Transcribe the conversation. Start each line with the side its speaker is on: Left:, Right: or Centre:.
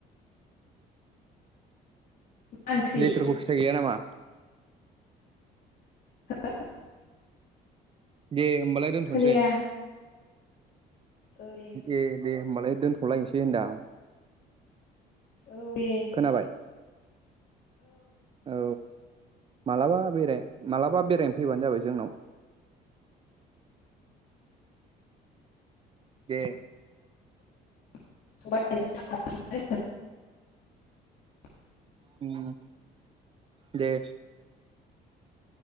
Left: मा ओंख्रि
Right: लेथुखु फिथाइ गैया नामा?
Left: हेलौ
Right: दे होमबालाय दोनथ'सै।
Left: खोनाया औ दे
Right: ए दे होनबालाय दोनथ'लायसै होनदां।
Left: औ दे
Right: खोनाबाय औ मालाबा बेराय माबलाबा बेरायनो फैबानो जाबाय जोंनाव <inaudible> दे
Left: <unintelligible>
Right: उम दे